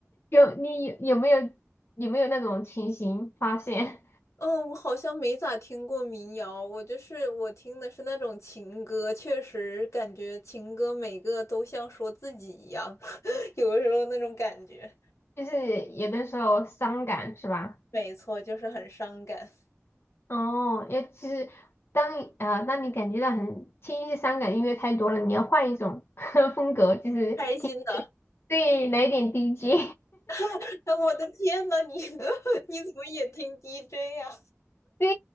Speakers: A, on the left; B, on the left.
A: 有你有有没有有没有那种情形发现？
B: 嗯，我好像没咋听过民谣，我就是我听的是那种情歌，确实感觉情歌每个都像说自己一样，<laughs> 有的时候那种感觉，
A: <laughs> 就是有的时候伤感是吧？
B: 没错，就是很伤感。
A: 哦，也其实当你呃当你感觉到很听一些伤感音乐太多了，你要换一种 <laughs> 风格，就是听一点对来一点
B: 开心的，
A: DJ。
B: <laughs> 哎，我的天呐，你 <laughs> 你怎么也听 DJ 呀、
A: <laughs> 对，